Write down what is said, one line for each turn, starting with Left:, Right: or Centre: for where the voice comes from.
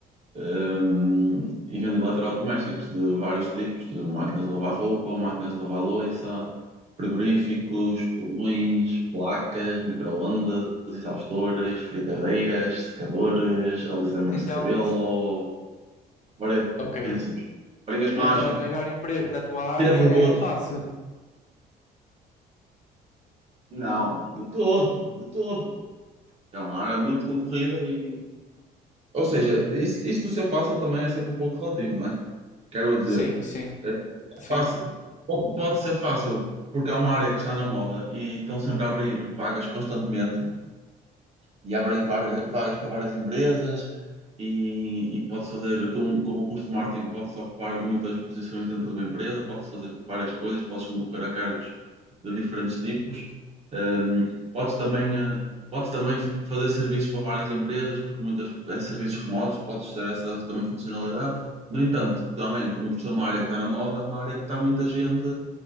Right: Hum, e vendo eletrodomésticos de vários tipos, de máquinas de lavar roupa, máquinas de lavar louça, frigoríficos, fogões, placas, microondas, exaustores, fritadeiras, secadores, alisamentos
Left: Então,
Right: de cabelo, variadíssimos.
Left: ok.
Right: Varinhas mágicas.
Left: Então arranjar emprego na tua área
Right: Tira borbotos.
Left: é fácil.
Right: Não, de todo, de todo. É uma área muito concorrida e. Ou seja, isso, isso de ser fácil também é sempre um pouco relativo, não é? Quero dizer,
Left: Sim, sim.
Right: é
Left: Sim,
Right: fácil- po- pode ser fácil porque é uma área que está na moda e estão sempre a abrir vagas constantemente, e abrem varga- vagas para várias empresas e, e pode fazer, como como o curso de marketing, pode-se ocupar muitas posições dentro de uma empresa, pode-se fazer várias coisas, pode-se concorrer a cargos de diferentes tipos. Hum, pode-se também, eh, pode-se também fazer serviços para várias empresas, porque muitas é serviços remotos, pode-se ter essa também funcionalidade. No entanto, também, como por ser uma área que está na moda, é uma área que está muita gente